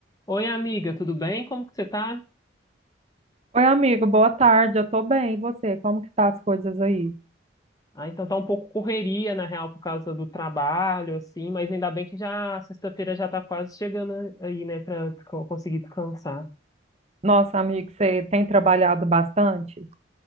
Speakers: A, on the left (about 20°); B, on the right (about 30°).
A: Oi, amiga, tudo bem? Como que você tá?
B: Oi, amigo, boa tarde. Eu tô bem. E você? Como que tá as coisas aí?
A: Ah, então tá um pouco correria, na real, por causa do trabalho, assim, mas ainda bem que já sexta-feira já tá quase chegando aí, né, pra desca- conseguir descansar.
B: Nossa, amigo, você tem trabalhado bastante?